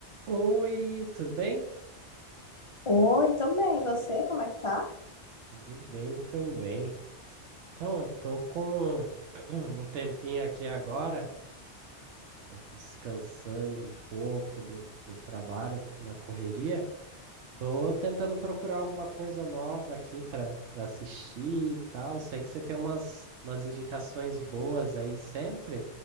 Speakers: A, on the right; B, on the left.
A: Oi, tudo bem?
B: Oi, tô bem. E você, como é que tá?
A: Tudo bem também. Então, tô com <clears throat> um tempinho aqui agora, descansando um pouco do, do trabalho na correria. Tô tentando procurar alguma coisa nova aqui para para assistir e tal. Sei que você tem umas, umas indicações boas aí sempre.